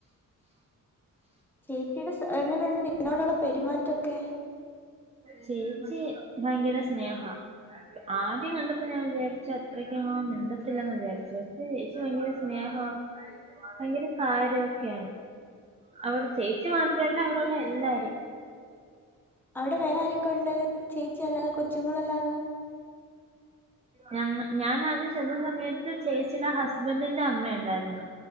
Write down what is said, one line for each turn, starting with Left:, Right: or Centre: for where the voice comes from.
Centre: ചേച്ചിയുടെ എങ്ങനെയുണ്ട് നിന്നോടുള്ള പെരുമാറ്റൊക്കെ.
Right: ചേച്ചി ഭയങ്കര സ്നേഹ ആദ്യം കണ്ടപ്പോ ഞാൻ വിചാരിച്ച അത്രക്ക് മിണ്ടത്തില്ലന്ന് വിചാരിച്ചു പക്ഷെ ചേച്ചി ഭയങ്കര സ്നേഹ ഭയങ്കര കാര്യമൊക്കെയാണ് അവിടെ ചേച്ചി മാത്രല്ല അവിടൊള്ള എല്ലാരും
Centre: അവിടെ വേറ ആരക്കെ ഉണ്ട് ചേ ച്ചി അല്ലാതെ കൊച്ചുങ്ങളല്ലാതെ
Right: ഞ ഞൻ ആദ്യം ചെന്ന സമയത്ത് ചേച്ചിയുടെ ഹസ്ബന്റിന്റെ അമ്മ ഇണ്ടായിരുന്നു